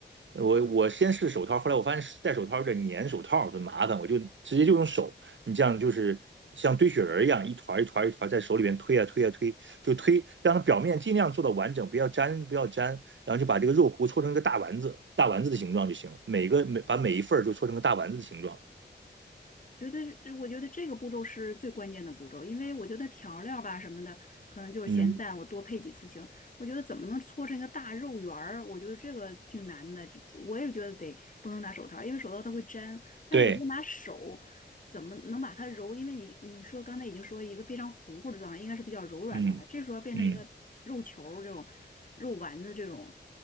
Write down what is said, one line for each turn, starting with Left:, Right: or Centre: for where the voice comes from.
Right: 我我先试手套，后来我发现戴手套有点粘手套，很麻烦，我就直接就用手，你这样就是像堆雪人儿一样，一团儿一团儿一团儿在手里边推啊推啊推，就推让它表面尽量做到完整，不要粘不要粘，然后就把这个肉糊搓成一个大丸子，大丸子的形状就行了，每个每把每一份儿就搓成个大丸子的形状。
Left: 觉得这，我觉得这个步骤是最关键的步骤，因为我觉得调料吧什么的，可能就是咸淡，
Right: 嗯，
Left: 我多配几次行。我觉得怎么能搓成一个大肉圆儿，我觉得这个挺难的。这这我也觉得得不能拿手套儿，因为手套它会粘。但是我就拿手，
Right: 对，
Left: 怎么能把它揉？因为你你说刚才已经说一个非常糊糊的状态，应该是比较柔软状态，
Right: 嗯
Left: 这时候要变成一个肉球儿这种肉丸子这种，
Right: 嗯，